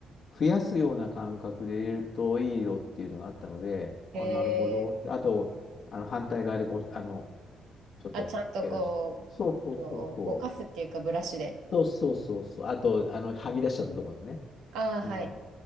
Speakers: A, on the left; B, on the right.
A: 増やすような感覚で入れるといいよっていうのがあったので、
B: えー、
A: あ、なるほどって。あと、あの反対側でこう、あの、ちょっと減らして。
B: あ、ちゃんとこう、
A: そうそうそうそ
B: あの、ぼかすっていうか、ブラシで。
A: う。そうそうそうそう。あと、あの、はみ出しちゃったところだね。
B: ああ、
A: うん。
B: はい。